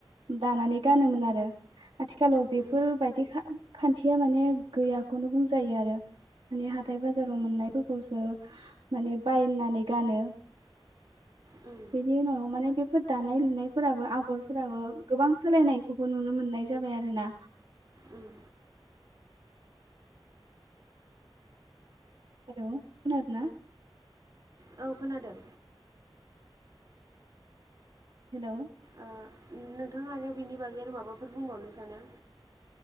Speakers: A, on the right; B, on the right.
A: दानानै गानोमोन आरो। आथिखालाव बेफोरबायदि
B: उम
A: खा खान्थिया माने गैयाखौनो बुंजायो आरो। माने हाथाय बाजाराव मोननायफोरखौसो माने बायनानै गानो।
B: उम।
A: बेनि उनाव माने बेफोर दानाय लुनायफोराबो आगरफोराबो गोबां सोलायनायखौबो नुनो मोननाय जाबाय आरो ना।
B: ओम।
A: हेल' खोनादों ना?
B: औ खोनादों।
A: हेल'।
B: ओ नोंथाङा आरो बिनि बागै आरो माबाफोर बुंबावनो सानो?